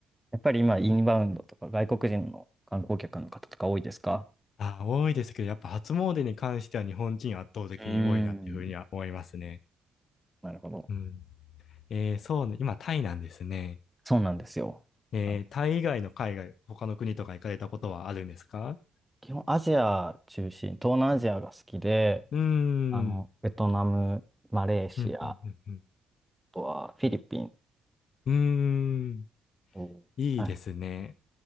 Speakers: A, in the centre; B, on the left.
A: やっぱり今、インバウンドとか外国人の観光客の方とか多いですか
B: あ、多いですけど、やっぱ初詣に関しては日本人圧倒的に多いなっていうふうには思いますね。
A: うーん。なるほど。
B: うん。えーそうね、今タイなんですね。
A: そうなんですよ。
B: えータイ以外の海外、
A: あの
B: 他の国とか行かれたことはあるんですか
A: 基本アジア中心、東南アジアが好きで、
B: うーん。
A: あの、ベトナム、マレーシア、
B: うんうんうんうん
A: あとはフィリピン。
B: うーん。
A: おーはい。
B: いいですね。